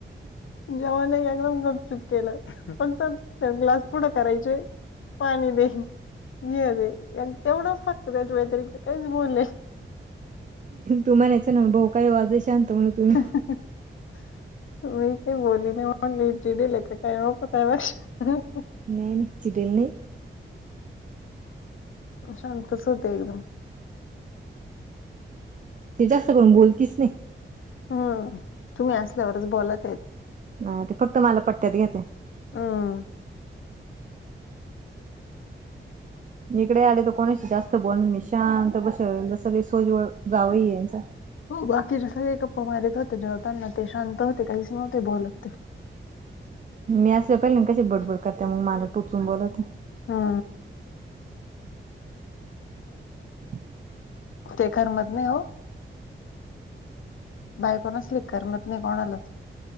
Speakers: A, on the left (about 75°); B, on the right (about 40°).
A: जेवाला एकदम गपचूप केलं पण तनं थंड ग्लास पुढं करायचे पाणी दे हे दे एक तेवढंच फक्त त्याच्या व्यतिरिक्त काहीच बोलले
B: तू म्हणायचं ना हो भाऊ काय ओ आज लय शांत म्हणून तुम्ही
A: <unintelligible> मी काय बोलली नाय म्हणले चिडिले की काय <unintelligible>
B: नाय नाय चिडिले नाही
A: शांतच होते एकदम
B: ते जास्त करून बोलतीस नाय.
A: हं तुम्ही असल्यावरच बोलत्यात
B: हा ते फक्त मला पट्टयात घेत्या.
A: हम्म
B: इकडे आले तर कोणाशी जास्त बोल नाही शांत बस जस सोजवळ जावं यांच
A: हो बाकीचे सगळे गप्पा मारत होते जवताना ते शांत होते काहीच नव्हते बोलत ते
B: मी असले पहिले कशी बडबड करते मग मला टोचून बोलवते
A: हा.
B: <inaudible>
A: ते करमत नाही हो. बायकोण असली कर मत नाही कोणाला.